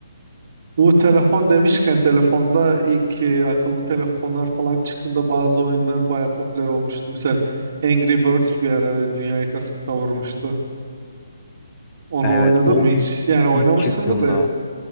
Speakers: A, on the right (about 50°); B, on the left (about 25°).
A: Bu telefon demişken telefonda ilk e, akıllı telefonlar falan çıktığında bazı oyunlar baya popüler olmuştu. Mesela Angry Birds bir ara dünyayı kasıp kavurmuştu. Onu
B: Evet
A: oynadın
B: o
A: mı hiç?
B: ilk
A: Yani oynamışsındır
B: ilk çıktığında
A: da